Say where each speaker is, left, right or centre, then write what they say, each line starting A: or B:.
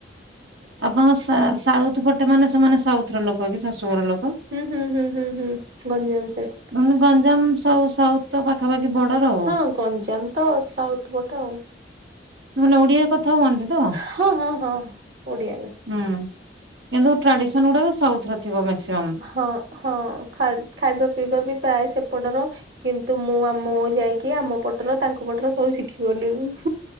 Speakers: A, on the right; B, on the right.
A: ଆପଣଙ୍କ ସା- ସାଉଥ୍ ପଟେ ମାନେ ସେମାନେ ସାଉଥ୍ ର ଲୋକ କି ଶାଶୁଘର ଲୋକ?
B: ହୁଁ ହୁଁ ହୁଁ ହୁଁ ହୁଁ ଗଞ୍ଜାମ ସାଇଟ୍।
A: ହୁଁ ଗଞ୍ଜାମ ସ ସାଉଥ୍ ତ ପାଖାପାଖି ବଡର୍ ଆଉ।
B: ହଁ ଗଞ୍ଜାମ ତ ସାଉଥ୍ ପଟେ ଆଉ।
A: ମାନେ ଓଡିଆ କଥା ହୁଅନ୍ତି ତ?
B: ହଁ ହଁ ହଁ ଓଡିଆରେ
A: ହୁଁ। କିନ୍ତୁ ଟ୍ରାଡିସନ ଗୁଡାକ ସାଉଥର ଥିବ ମାକ୍ସିମମ୍।
B: ହଁ ହଁ ଖାଇ ଖାଇବା ପିଇବା ବି ପ୍ରାୟ ସେପଟର। କିନ୍ତୁ ମୁଁ ଆମ ଯାଇକି ଆମ ପଟର ତାଙ୍କ ପଟରେ ସବୁ ଶିଖି ଗଲିନି।